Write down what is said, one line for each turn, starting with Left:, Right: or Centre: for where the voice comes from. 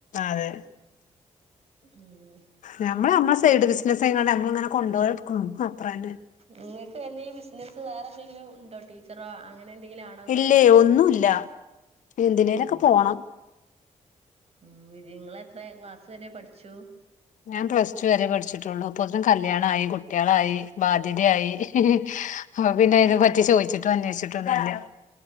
Left: അതെ
Right: ഉം
Left: നമ്മള് നമ്മളെ സൈഡ് ബിസി ചില സയങ്ങളെ നമ്മളിങ്ങനെ കൊണ്ടുപോയെടുക്കും അത്രന്നെ
Right: നിങ്ങൾക്ക് എന്തെങ്കിലും ബിസിനസ്സ് വേറെ എന്തെങ്കിലും ഉണ്ടോ ടീച്ചറോ അങ്ങനെ എന്തെങ്കിലും ആണോ നിങ്ങള്
Left: ഇല്ലേ ഒന്നുമില്ല എന്തിനേലൊക്കെ
Right: ഉം
Left: പോണം
Right: ഉം നിങ്ങളെ എത്രയെ ക്ലാസ് വരെ പഠിച്ചു
Left: ഞാൻ പ്ലസ് ടു വരെ പഠിച്ചിട്ടുള്ളു അപ്പൊത്തിനും കല്യാണായി കുട്ടികളായി ബാധ്യതയായി അപ്പൊ പിന്നെ ഇതിനെ പറ്റി ചോദിച്ചിട്ടും അന്വഷിച്ചിട്ടൊന്നുല്ല